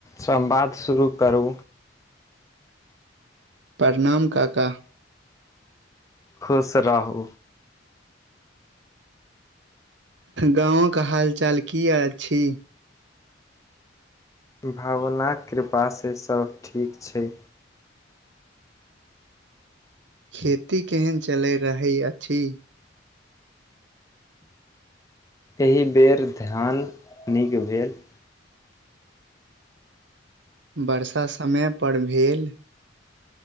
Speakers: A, on the left (about 15°); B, on the right (about 70°).
A: संवाद शुरू करू
B: प्रणाम काका
A: खुश रहू
B: गाँके हाल चाल की अछि
A: भवनाक कृपासँ सभ ठीक छै
B: खेती केहन चलय रहय अछि
A: एहि बेर ध्यान नीक भेल <inaudible>
B: वर्षा समय पर भेल